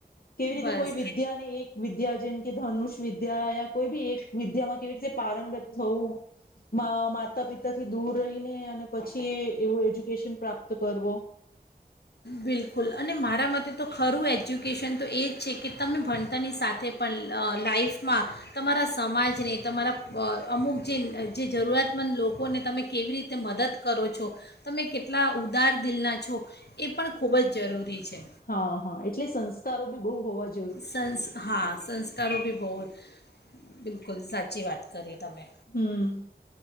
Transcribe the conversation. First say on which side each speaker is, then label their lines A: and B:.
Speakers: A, on the left; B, on the left.
A: કેવી રીતે
B: બસ
A: કોઈ વિદ્યા ને એક જેમ કે ધનુષ વિદ્યા કોઈ બી એક વિદ્યામાં કેવી રીતે પારંગત થવું માતા પિતાથી દૂર રહીને અને પછી એવું એજ્યુકેશન પ્રાપ્ત કરવો
B: બિલકુલ અને મારા માટે તો ખરું એજ્યુકેશન તો એ જ છે કે તમે ભણતારની સાથે પણ લાાઈફમાં તમારા સમાજને તમારા અમુક જે જરૂરિયાતમંદ લોકોને તમે કેવી રીતે મદદ કરો છો તમે કેટલા ઉદાર દિલના છો એ પણ ખૂબ જ જરૂરી છે
A: હા હા એટલે સંસ્કારો બી બહુ હોવા જો
B: સંસ હા સંસ્કારો બી બહુ હમ બિલકુલ સાચી વાત કરી તમે
A: હમ